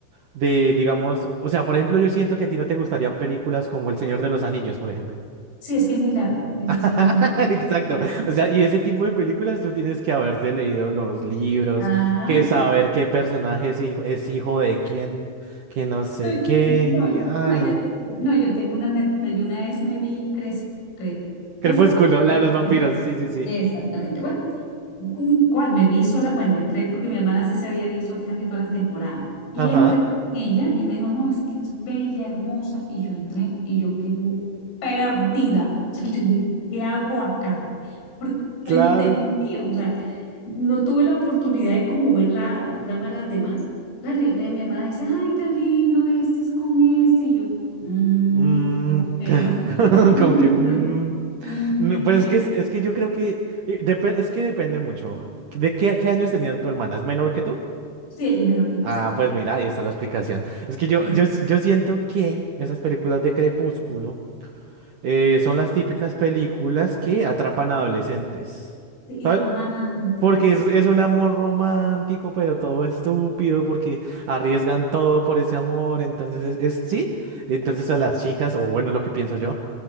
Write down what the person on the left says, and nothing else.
sí, es que es muy larga. Esa
sí es muy larga.
Sí, es.
Ajá,
No,
no,
imagínate. que- No, yo tengo una anécdota. Yo una vez me vi Cres- Crepúsculo.
Sí,
Exactamente. Bueno, Mm, ¿Cuál? Me vi sola, bueno, entré porque mi hermana sí se había visto casi todas las temporadas. Y
entré con ella y me dijo, no, es que es bella, hermosa. Y yo entré y yo quedé perdida. <laughs> O sea, yo dije, ¿qué hago acá? Porque no
entendía, o sea, no tuve la oportunidad de como ver la, la trama de las demás. Claro, y entonces mi hermana dice, ay, tan lindo, este es con este. Y yo, "Mm,
ok,
no. <laughs>
Mm,
entiendo.
Sí, ella es menor que yo,
sí.
Sí.
Sí,
y románticas.